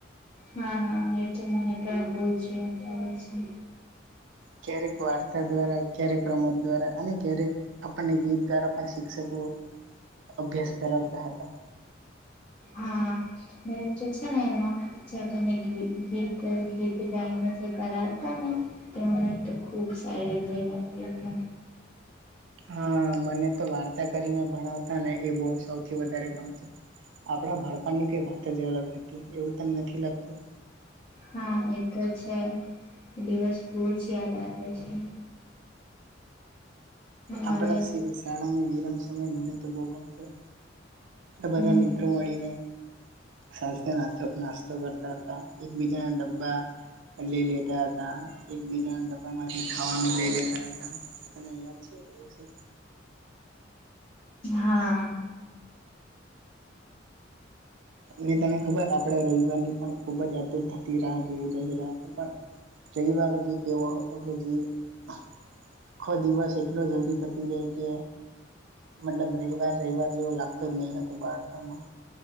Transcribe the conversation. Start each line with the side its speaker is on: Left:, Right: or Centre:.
Left: હા હા એ તો મને પણ બહજ યાદ આવે છે
Right: ક્યારેક વાર્તા દ્વારા ક્યારેક રમત દ્વારા અને ક્યારેક આપણને ગીત દ્વારા પણ શિક્ષકો અભ્યાસ કરાવતા હતા
Left: હા મ તો છે ને એમાં જે આપને ગીત ગીત ગાઈને જે કરાવતા ને તે તો ખૂબ સારી રીતે યાદ રેતુ
Right: હા મને તો વાર્તા કરીને ભણાવતા ને એ બહ સૌથી વધારે ગમતું આપડા ભડપાણની કઈ વાત જ અલગ હતી એવું તને નથી લાગતું
Left: હા એતો છે દિવસ બહુજ યાદ આવે છે હવે
Right: આપડા શાળાને વિરામ સમય મને તો બહુ ગમતું એ બધા
Left: હમ
Right: મિત્રો મળીને સાજ નાસ્તો નાસ્તો કરતા હતા એકબીજા ના ડબ્બા લઈ લેતા એકબીજા ડબ્બામાંથી ખાવાનું લઈ લેતા હતા તને યાદ છે એ દિવસો
Left: હા
Right: ની તમે ખબર આપડણે રવિવાર ની પણ ખુબ જ આતુર થતી રાહ જઈ રહ્યા હતા પણ રવિવાર હજી કેવો હતો કે જે આખો દિવસ એટલો જલ્દી પતી જાય કે મતલબ રવિવાર રવિવાર જેવો લાગતો જ નહી હતો બાળપણમાં